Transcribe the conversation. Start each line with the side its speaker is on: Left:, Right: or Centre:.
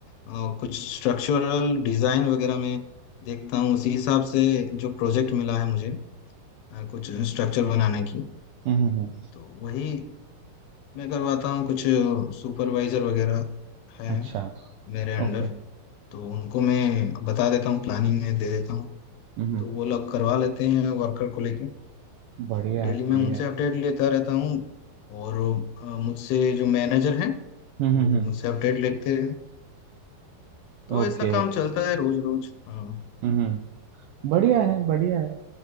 Left: अ, कुछ स्ट्रक्चरल डिजाइन वगैरह में देखता हूँ उसी हिसाब से जो प्रोजेक्ट मिला है मुझे अ, कुछ स्ट्रक्चर बनाने की
Right: हम्म हम्म हम्म,
Left: तो वही मैं करवाता हूँ कुछ सुपरवाइजर वगैरह है
Right: अच्छा
Left: मेरे अंडर
Right: ओके
Left: तो उनको मैं बता देता हूँ प्लानिंग में दे देता हूँ
Right: हम्म हम्म,
Left: तो वो लोग करवा लेते हैं वर्कर को लेके
Right: बढ़िया
Left: डेली
Right: है
Left: मैं
Right: बढ़िया
Left: उनसे
Right: है
Left: अपडेट लेता रहता हूँ और अ, मुझसे जो मैनेजर है
Right: हम्म
Left: वो
Right: हम्म हम्म,
Left: मुझसे अपडेट लेते हैं तो
Right: ओके
Left: ऐसा काम चलता है रोज रोज हाँ
Right: हम्म हम्म, बढ़िया है बढ़िया है